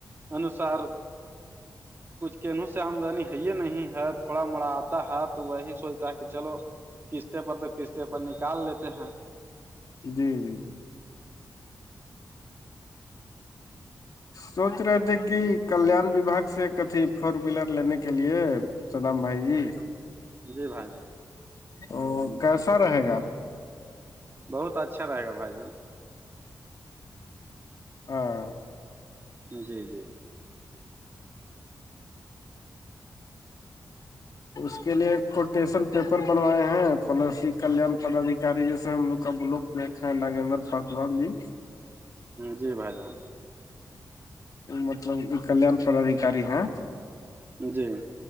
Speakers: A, on the right; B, on the left.
A: انوسار کچھ کینوں سے آمدنی ہے ہی نہیں ہے تھوڑا مڑا آتا ہے تو وہی سوچتا ہے کہ چلو قسطتے پر تو قسط پر نکال لیتے ہیں
B: جی جی جی سوچ رہے تھے کہ کلان وباگ سے کتھی فور ویلر لینے کے لیے چدم بھائی جی
A: جی بھائی جان
B: تو کیسا رہے گا
A: بہت اچھا رہےا بھائی جان
B: ہاں
A: جی جی
B: اس کے لیے کوٹیشن پیپر بنوائے ہیں پلس ہی کلان پدادیکاری جیسے ہم لوگ کا ب لو میںھ ناگمر پاسوان جی
A: جی بھائی جان
B: مطلب یہ کلان پدادیکاری ہیں
A: جی